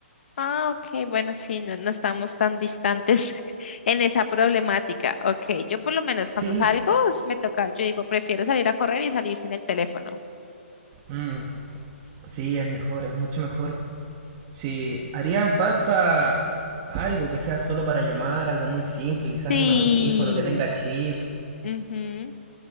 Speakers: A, on the left; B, on the right.
A: Ah, ok, bueno, sí, no, no estamos tan distantes <laughs> en esa problemática. Ok, yo por lo menos
B: Sí,
A: cuando salgo s- me toca, yo digo, prefiero salir a correr y salir sin el teléfono.
B: mm, sí, es mejor, es mucho mejor. Si harían falta algo que sea solo para llamar, algo muy simple,
A: Sí,
B: quizás un audífono que tenga chip.
A: ujú,